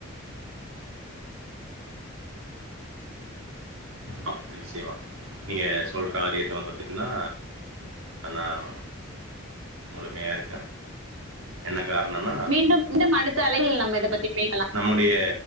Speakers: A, on the right; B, on the right.
A: ஆ நிச்சயமா நீங்க சொல்ற ஆ ஏத்தவிர பாத்தங்கன்னா அதான் முழுமையா இருக்கே என்ன காரணம்னா
B: மீண்டும் மீண்டும் அடுத்த அலைகளில் நம்ம இதை பத்தி பேசலாம்
A: நம்முடைய